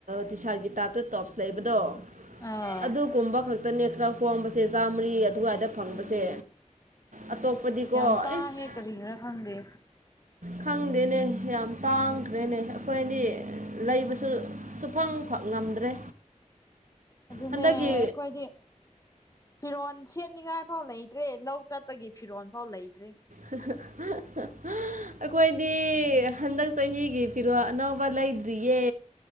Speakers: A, on the right; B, on the left.
A: ꯇꯤꯁꯥꯔꯠꯀꯤ ꯇꯥꯏꯞꯇ ꯇꯣꯞꯁ ꯂꯩꯕꯗꯣ
B: ꯑꯥ
A: ꯑꯗꯨ ꯀꯨꯝꯕ ꯈꯛꯇꯅꯦ ꯈꯔ ꯈꯣꯝꯕꯁꯦ ꯆꯥꯝꯃꯔꯤ ꯑꯗꯨꯋꯥꯏꯗ ꯐꯪꯕꯁꯦ
B: ꯎꯝ
A: ꯑꯇꯣꯞꯄꯗꯤꯀꯣ
B: ꯌꯥꯝ ꯇꯥꯡꯉꯦ
A: ꯏꯁ
B: ꯀꯔꯤꯒꯤꯔꯥ ꯈꯪꯗꯦ
A: ꯈꯪꯗꯦꯅꯦ ꯌꯥꯝ ꯇꯥꯡꯈ꯭ꯔꯦꯅꯦ ꯑꯩꯈꯣꯏꯗꯤ ꯂꯩꯕꯁꯨ ꯁꯨꯐꯪ ꯉꯝꯗ꯭ꯔꯦ
B: ꯑꯗꯨꯅꯦ
A: ꯍꯟꯗꯛꯀꯤ
B: ꯑꯩꯈꯣꯏꯗꯤ ꯐꯤꯔꯣꯜ ꯁꯦꯠꯅꯤꯉꯥꯏ ꯐꯥꯎ ꯂꯩꯇ꯭ꯔꯦ ꯂꯧ ꯆꯠꯄꯒꯤ ꯐꯤꯔꯣꯜ ꯐꯥꯎ ꯂꯩꯇ꯭ꯔꯦ
A: <unintelligible> ꯑꯩꯈꯣꯏꯗꯤ ꯍꯟꯗꯛ ꯆꯍꯤꯒꯤ ꯐꯤꯔꯣꯜ ꯑꯅꯧꯕ ꯂꯩꯗ꯭ꯔꯤꯌꯦ